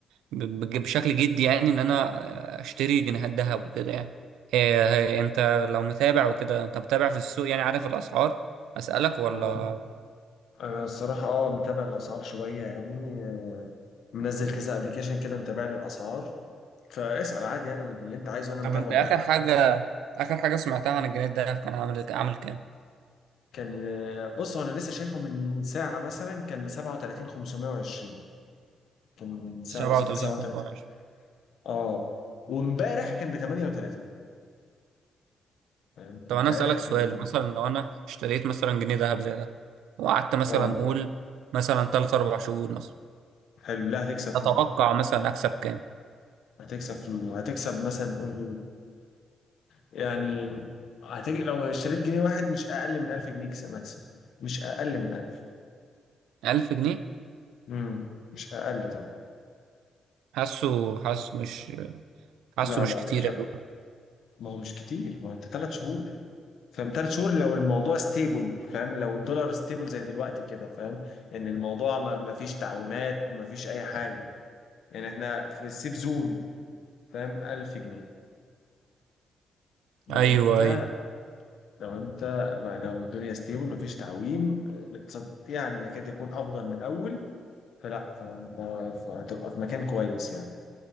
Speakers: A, on the right; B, on the left.
A: ب- بج- بشكل جدي يعني ان انا اشتري جنيهات ذهب وكده يعني هي هي انت لو متابع وكده انت متابع في السوق يعني عارف الاسعار اسالك ولا
B: آه، انا الصراحه اه متابع الاسعار شويه يعني آه، منزل كذا ابلكيشن كده متابع لي الاسعار فاسال عادي يعني اللي انت عايزه انا
A: طب
B: متابعه
A: انت اخر
B: يعني
A: حاجه اخر حاجه سمعتها عن الجنيه الذهب كان عامل عامل كام
B: كان آه، بص هو انا لسه شايفه من ساعه مثلا كان ب 37 520 كان من ساعة
A: 37
B: بالظبط ساعة
A: 520
B: 3 اه وامبارح كان ب 38 فاهم
A: طب
B: امبارح
A: انا اسالك سؤال
B: كان ب 8
A: مثلا لو انا اشتريت مثلا جنيه ذهب زي ده وقعدت مثلا
B: اه
A: اقول مثلا 3 4 شهور مثلا
B: حلو لا هتكسب فيه
A: اتوقع مثلا اكسب كام
B: هتكسب فيه هتكسب مثلا قول يعني هتك... لو اشتريت جنيه واحد مش اقل من 1000 جنيه كس- مكسب مش اقل من 1000
A: 1000 جنيه
B: امم مش اقل طبعا
A: حاسه حاسه مش حاسه
B: لا
A: مش
B: لا
A: كتير
B: اكيوريت
A: أوي.
B: ما هو مش كتير ما هو انت ثلاث شهور فاهم ثلاث شهور لو الموضوع ستيبل فاهم لو الدولار ستيبل زي دلوقتي كده فاهم ان الموضوع ما ما فيش تعويمات ما فيش اي حاجه يعني احنا في السيف زون فاهم 1000 جنيه لو
A: ايوه
B: انت
A: ايوه
B: لو انت ما لو الدنيا ستيبل مفيش تعويم الاقتصاد يعني يكاد يكون افضل من الاول فلا فانت ف- هتبقى في مكان كويس يعني